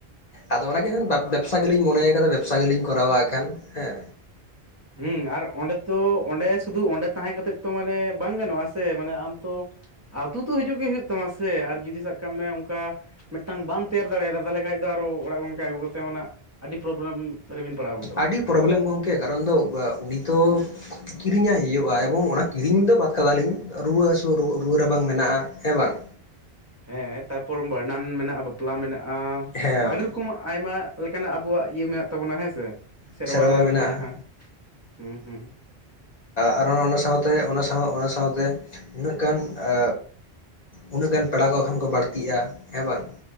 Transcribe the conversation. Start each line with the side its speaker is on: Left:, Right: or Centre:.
Left: ᱟᱫᱚ ᱚᱱᱟᱜᱮ ᱦᱟᱱ ᱵᱮᱵᱥᱟ ᱜᱮᱞᱤᱧ ᱢᱚᱱᱮᱭ ᱠᱟᱫᱟ᱾ ᱵᱮᱵᱽᱥᱟ ᱜᱮᱞᱤᱧ ᱠᱚᱨᱟᱣᱟᱜ ᱠᱷᱟᱱ ᱦᱮᱸ᱾
Right: ᱦᱩᱸ ᱟᱨ ᱚᱸᱰᱮ ᱛᱚ, ᱚᱸᱰᱮ ᱥᱩᱫᱩ, ᱚᱸᱰᱮ ᱛᱟᱦᱮᱸ ᱠᱟᱛᱮ ᱛᱚ, ᱢᱟᱱᱮ ᱵᱟᱝ ᱜᱟᱱᱚᱜᱼᱟ ᱥᱮ ᱢᱟᱱᱮ ᱟᱢ ᱛᱚ ᱟᱹᱛᱩ ᱛᱚ ᱦᱤᱡᱩᱜ ᱜᱮ ᱦᱩᱭᱩᱜ ᱛᱟᱢᱟ ᱥᱮ ᱟᱨ ᱡᱩᱫᱤ ᱥᱟᱵ ᱠᱟᱜ ᱢᱮ ᱚᱱᱠᱟ ᱢᱤᱫᱴᱟᱝ ᱵᱟᱢ ᱛᱮᱭᱟᱨ ᱫᱟᱲᱮᱭᱟᱫᱟ ᱛᱟᱦᱚᱞᱮ ᱠᱷᱟᱱ ᱫᱚ ᱟᱨᱚ ᱚᱲᱟᱜ ᱜᱚᱢᱠᱮ ᱟᱹᱜᱩ ᱠᱟᱛᱮᱱᱟᱜ ᱟᱹᱰᱤ ᱯᱨᱚᱵᱞᱮᱢ ᱚᱠᱟ ᱨᱮᱵᱤᱱ ᱯᱟᱲᱦᱟᱣ ᱜᱚᱫᱚᱜᱼᱟ?
Left: ᱟᱹᱰᱤ ᱯᱨᱚᱵᱞᱮᱢ ᱜᱚᱝᱠᱮ ᱠᱟᱨᱚᱱ ᱫᱚ ᱩᱱᱤ ᱛᱚ ᱠᱤᱨᱤᱧᱟᱭ ᱦᱩᱭᱩᱜᱼᱟ᱾ ᱮᱵᱚᱝ ᱚᱱᱟ ᱠᱤᱨᱤᱧ ᱫᱚ ᱵᱟᱫᱽ ᱠᱟᱫᱟᱞᱤᱧ ᱨᱩᱣᱟᱹ ᱦᱟᱹᱥᱩ ᱨᱩᱣᱟᱹ ᱨᱟᱵᱟᱝ ᱢᱮᱱᱟᱜᱼᱟ, ᱦᱮᱸ ᱵᱟᱝ?
Right: ᱦᱮᱸ ᱛᱟᱨᱯᱚᱨ ᱵᱷᱟᱸᱰᱟᱱ ᱢᱮᱱᱟᱜᱼᱟ, ᱵᱟᱯᱞᱟ ᱢᱮᱱᱟᱜᱼᱟ,
Left: ᱦᱮᱸ
Right: ᱟᱹᱰᱤ ᱨᱚᱠᱚᱢ ᱟᱭᱢᱟ ᱞᱮᱠᱟᱱᱟᱜ ᱟᱵᱚᱣᱟᱜ ᱤᱭᱟᱹ ᱢᱮᱱᱟᱜ ᱛᱟᱵᱚᱱᱟ ᱦᱮᱸ ᱥᱮ? ᱥᱮᱨᱣᱟᱨ
Left: ᱥᱮᱨᱣᱟ
Right: ᱨᱮ
Left: ᱢᱮᱱᱟᱜᱼᱟ
Right: ᱟᱨᱠᱤ ᱡᱟᱦᱟᱸ ᱦᱮᱸ ᱦᱩᱸ᱾
Left: ᱟᱨ ᱚᱱᱟ ᱥᱟᱶᱛᱮ, ᱚᱱᱟ ᱥᱟᱶ, ᱚᱱᱟ ᱥᱟᱶᱛᱮ ᱩᱱᱟᱹᱜ ᱜᱟᱱ ᱮ ᱩᱱᱟᱹᱜ ᱜᱟᱱ ᱯᱮᱲᱟ ᱠᱚ ᱠᱷᱟᱱ ᱠᱚ ᱵᱟᱹᱲᱛᱤᱜᱼᱟ ᱦᱮᱸ ᱵᱟᱝ?